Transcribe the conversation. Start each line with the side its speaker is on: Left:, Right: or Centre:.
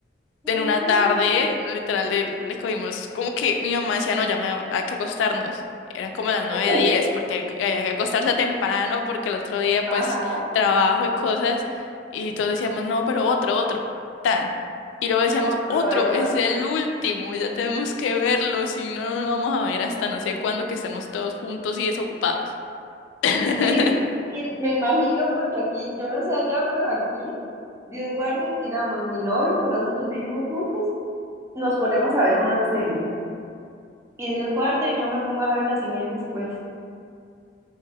Left: en
Right: Ah.
Left: una tarde, literal, le, le cogimos como que mi mamá decía, no, ya me, hay que acostarnos. Eran como las nueve,
Right: <laughs>
Left: diez, porque hay que había que acostarse temprano, porque el otro día, pues,
Right: Ajá,
Left: trabajo y cosas. Y todos decíamos, no, pero otro, otro, tan. Y luego decíamos,
Right: otro,
Left: otro,
Right: ahí va.
Left: es el último, ya tenemos que verlo, si no, no lo vamos a ver hasta no sé cuándo que estemos todos juntos y desocupados. <laughs>
Right: Sí, y me imagino porque aquí, yo no sé allá, pero aquí, Dios guarde, digamos, mi novio, que nosotros vivimos juntos, nos ponemos a ver una serie. Y Dios guarde, yo me pongo a verla sin él después.